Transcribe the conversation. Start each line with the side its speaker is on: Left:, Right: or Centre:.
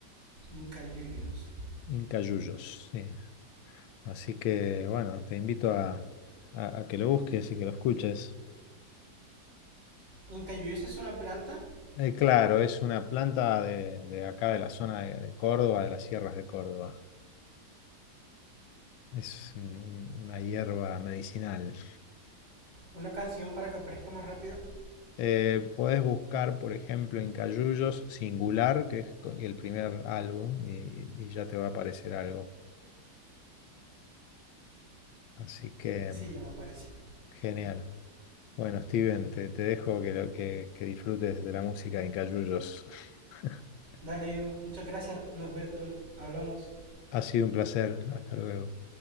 Right: Incayuyos.
Left: Incayullos, sí. Así que bueno, te invito a, a- a que lo busques y que lo escuches.
Right: ¿Incayuyos es una planta?
Left: Eh, claro, es una planta de, de acá de la zona de, de Córdoba, de las sierras de Córdoba. Es un- un- una hierba medicinal.
Right: ¿Una canción para que aparezca más rápido?
Left: Eh, podés buscar, por ejemplo, en Cayullos Singular, que es co- el primer álbum, y, y ya te va a aparecer algo. Así que,
Right: Sí,
Left: mm,
Right: ya me apareció.
Left: genial. Bueno, Steven, te, te dejo que, lo- que que disfrutes de la música de Cayullos. <laughs>
Right: Dale, muchas gracias, Norberto. Hablamos.
Left: Ha sido un placer. Hasta luego.